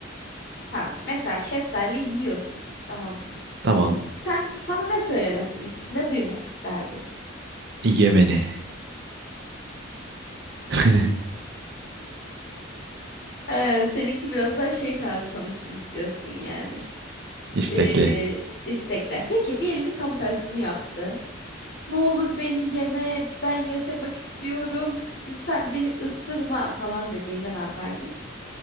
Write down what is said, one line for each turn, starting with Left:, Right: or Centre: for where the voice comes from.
Left: Tamam. Mesela şeftali yiyorsun. Tamam.
Right: Tamam.
Left: Sen sana ne söylemesini, ist- ne duymak isterdin?
Right: Ye beni. <laughs>
Left: Ee, seninki biraz daha şey tarzı konuşsun istiyorsun yani.
Right: İstekli.
Left: Ee, istekler. Peki diyelim ki tam tersini yaptı. Ne olur beni yeme, ben yaşamak istiyorum. Lütfen beni ısırma falan dediğinde ne yapardın?